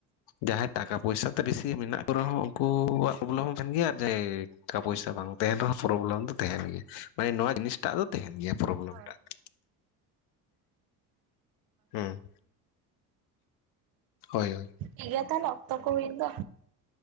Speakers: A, on the left; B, on the right.
A: ᱡᱟᱦᱟᱸᱭ ᱴᱟᱠᱟ ᱯᱚᱭᱥᱟ ᱛᱮ ᱵᱤᱥᱤ ᱢᱮᱱᱟᱜ ᱠᱚ ᱨᱮᱦᱚᱸ ᱩᱱᱠᱩᱣᱟᱜ ᱯᱨᱚᱵᱚᱞᱮᱢ ᱦᱚᱸ ᱛᱟᱦᱮᱱ ᱜᱮᱭᱟ ᱡᱮ ᱴᱟᱠᱟ ᱯᱚᱭᱥᱟ ᱵᱟᱝ ᱛᱮᱦᱮᱱ ᱨᱮᱦᱚᱸ ᱯᱨᱚᱵᱚᱞᱮᱢ ᱫᱚ ᱛᱮᱦᱮᱱ ᱜᱮᱭᱟ᱾ ᱢᱟᱱᱮ ᱱᱚᱣᱟ ᱡᱤᱱᱤᱥ ᱴᱟᱜ ᱫᱚ ᱛᱮᱦᱮᱱ ᱜᱮᱭᱟ ᱯᱨᱚᱵᱚᱞᱮᱢ
B: ᱦᱳᱭ
A: ᱴᱟᱜ ᱫᱚ᱾ ᱦᱩᱸ᱾ ᱦᱳᱭ᱾ ᱦᱳᱭ
B: ᱴᱷᱤᱠ ᱜᱮᱭᱟ ᱛᱟᱦᱞᱮ ᱚᱠᱚᱛ ᱠᱚ ᱦᱩᱭᱮᱱ ᱫᱚ᱾